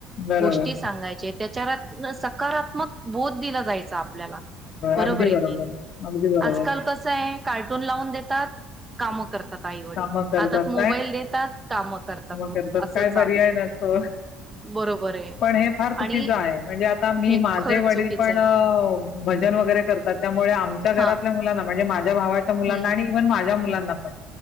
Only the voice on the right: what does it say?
गोष्टी सांगायचे त्याच्या सकारात्मक बोध दिला जायचा आपल्याला बरोबर
आहे की नाही
आजकाल कस आहे कार्टून लावून देतात काम करतात आई वडील
हात मोबाईल
देतात काम करतात
असं
चाललंय
बरोबर आहे
आणि
हे
खरं
चुकीचं
आहे
हा
हम्म